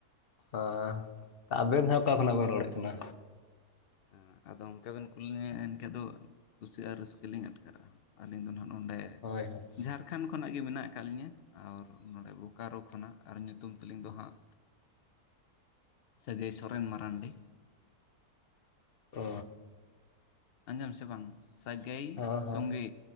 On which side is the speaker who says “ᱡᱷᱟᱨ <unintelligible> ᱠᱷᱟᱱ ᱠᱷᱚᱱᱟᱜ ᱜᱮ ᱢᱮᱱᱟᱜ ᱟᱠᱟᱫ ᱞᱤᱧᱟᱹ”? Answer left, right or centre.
Left